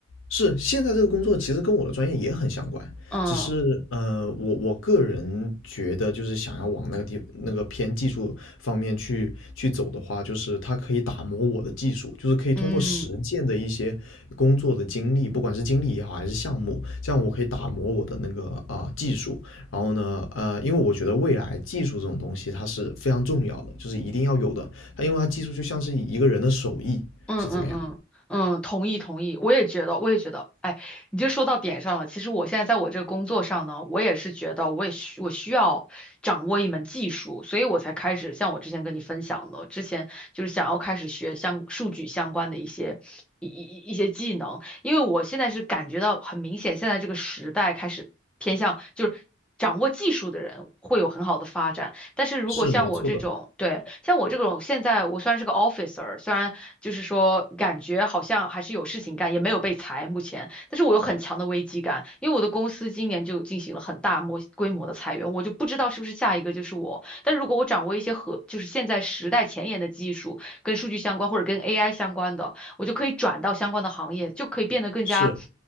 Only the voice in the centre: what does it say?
嗯
嗯。
嗯嗯嗯嗯，
同意同意，我也觉得，我也觉得，哎，你就说到点上了。其实我现在在我这个工作上呢，我也是觉得，我也需我需要掌握一门技术，所以我才开始像我之前跟你分享的，之前就是想要开始学相数据相关的一些一一一些技能，因为我现在是感觉到很明显，现在这个时代开始偏向就是。掌握技术的人会有很好的发展，但是如果像我这种，
对，像我这种，现在我虽然是个 officer，虽然就是说感觉好像还是有事情干，也没有被裁目前，但是我有很强的危机感，因为我的公司今年就进行了很大模规模的裁员，我就不知道是不是下一个就是我。但如果我掌握一些和就是现在时代前沿的技术，跟数据相关或者跟 AI 相关的，我就可以转到相关的行业，就可以变得更加，